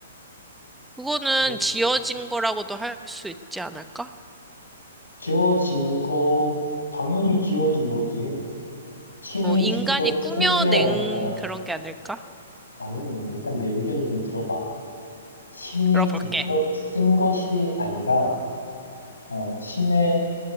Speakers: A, in the centre; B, on the left.
A: 그거는
B: 그리고
A: 지어진 거라고도 할 수 있지 않을까?
B: 지어진 거 당연히 지어진 거지. 신이
A: 뭐 인간이
B: 직접
A: 꾸며낸
B: 쓴 게 아니라
A: 그런 게 아닐까?
B: 아니 일단 내 의견을 좀 들어봐. 신이
A: 들어볼게.
B: 직접 쓴 것이 아니라 어, 신의